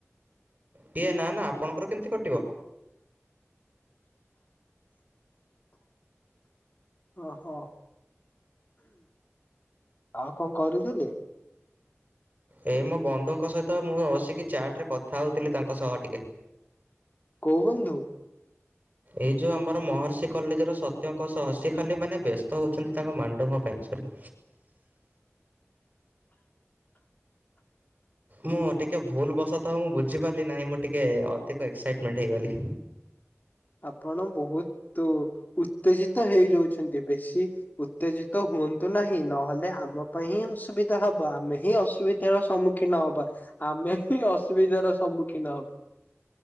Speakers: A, on the right; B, on the left.
A: ଟିଏ ନା ନା ଆପଣଙ୍କର କେମତି କଟିବ?
B: ଓହୋ ଆଉ କଣ କରୁଥୁଲେ?
A: ଏ ମୋ ବନ୍ଧୁଙ୍କ ସହିତ ମୁଁ ଅ ବସିକି ଚାଟରେ କଥା ହୋଉଥିଲି ତାଙ୍କ ସହ ଟିକେ।
B: କୋଉ ବନ୍ଧୁ?
A: ଏଇ ଯୋଉ ଆମର ମହର୍ଷି କଲେଜର ସତ୍ୟଙ୍କ ସହ ସେ ଖାଲି ମାନେ ବ୍ୟସ୍ତ ହୋଉଚନ୍ତି ତାଙ୍କ ମାଣ୍ଡୁଙ୍କ ପାଇଁ ସରି। ମୁଁ ଟିକେ ଭୁଲ ବସତହ ମୁଁ ବୁଝିପାରଲି ନାହିଁ ମୁଁ ଟିକେ ଅଧିକ ଏକ୍ସାଇଟମେଣ୍ଟ ହେଇଗଲି।
B: ଆପଣ ବୋହୁତୁ ଉତ୍ତେଜିତ ହେଇଯାଉଛନ୍ତି ବେଶୀ ଉତ୍ତେଜିତ ହୁଅନ୍ତୁ ନାହିଁ ନହଲେ ଆମ ପାଇଁ ହିଁ ଅସୁବିଧା ହବ ଆମେ ହିଁ ଅସୁବି ଧାର ସମ୍ମୁଖୀନ ହବା ଆମେ ହିଁ ଅସୁବିଧାର ସମ୍ମୁଖୀନ ହ